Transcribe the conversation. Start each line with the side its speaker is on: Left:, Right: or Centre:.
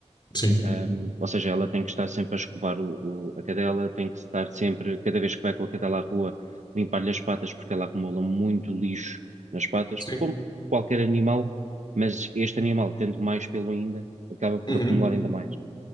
Left: sim,
Right: Um, ou seja, ela tem que estar sempre a escovar o, o- a cadela, tem que estar sempre, cada vez que vai com a cadela à rua, limpar-lhe as patas, porque ela acumula muito lixo nas patas,
Left: sim.
Right: como qualquer animal, mas este animal, tendo mais pelo ainda, acaba por
Left: Uhum,
Right: acumular ainda mais.